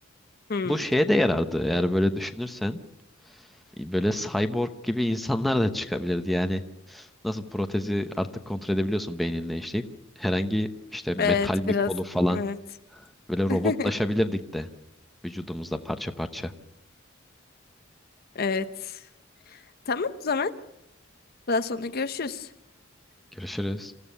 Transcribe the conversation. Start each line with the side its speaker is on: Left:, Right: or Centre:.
Left: Hmm.
Centre: Bu şeye de yarardı eğer böyle düşünürsen. Böyle cyborg gibi <laughs> insanlar da çıkabilirdi yani Nasıl protezi artık kontrol edebiliyorsun beyninle işleyip. Herhangi işte metal
Left: Evet biraz.
Centre: bir kolu falan
Left: Evet.
Centre: böyle robotlaşabilirdik
Left: <laughs>
Centre: de vücudumuzda parça parça.
Left: Evet. Tamam o zaman. Daha sonra görüşürüz.
Centre: Görüşürüz.